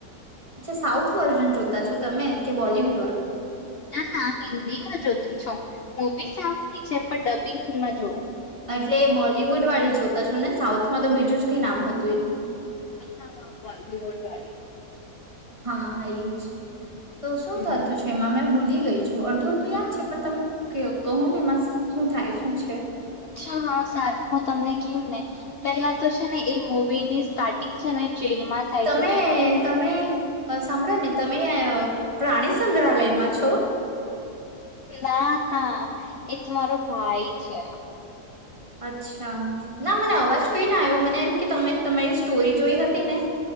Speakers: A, on the right; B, on the left.
A: અચ્છા સાઉથ વર્ઝન જોતા છો તમે કે બોલવુડ વાળું?
B: ના ના હિન્દી માં જોતી છો મુવી સાઉથ ની છે પણ ડબિંગમાં જોવ.
A: એટલે બોલીવુડ વાળી જોતા છો ને સાઉથમાં તો બીજું જ કઈ નામ હતું એનું.
B: અચ્છા રીમોટવાળી.
A: હા એજ તો શું
B: હમ્મ
A: થતું છે એમાં મેં ભૂલી. ગઈ છું અડધો અડધું યાદ છે પણ તમે કે કહો ને મા શું થાય શું છે.
B: અચ્છા હા સારું હું તમને કહું ને પેલા તો છે ને એ મુવી ની સ્ટાર્ટિંગ છે ને જેલમાં થાય
A: તમે
B: છે જેનો
A: તમે સાંભળો ને તમે. પ્રાણી સંગ્રહાલયમાં છો
B: ના હા એ તો મારો ભાઈ છે.
A: અચ્છા ના મને અવાજ કઈ ના આવ્યો મને એમ કે તમે તમારી સ્ટોરી જોઈ હતી ને